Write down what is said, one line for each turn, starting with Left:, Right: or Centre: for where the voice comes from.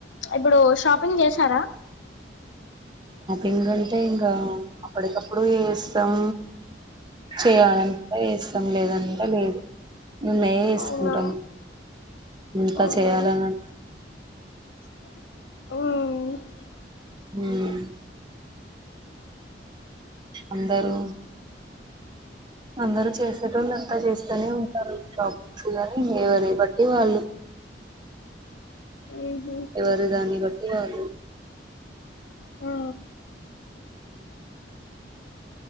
Left: ఇప్పుడు షాపింగ్ చేసారా
Right: ఇంగ్ంటే ఇంకా అప్పడికప్పుడు చేస్తాం చేయాలంటె చేస్తాంలేదంటె లేదు ఉన్నయి వేసుకుంటాం
Left: అవునా
Right: ఇంత
Left: అవునా
Right: చేయాలని
Left: ఉమ్
Right: ఉమ్ అందరూ అందరుూ చేసేటోళ్ళు అంతా చేస్తూనే ఉంటారు షాపింగ్ షూగానీ ఈవరి బట్టి వాళ్ళు
Left: ఉహు
Right: ఎవరిదాన్ని బట్టి వాళ్ళు
Left: ఆ
Right: ఉ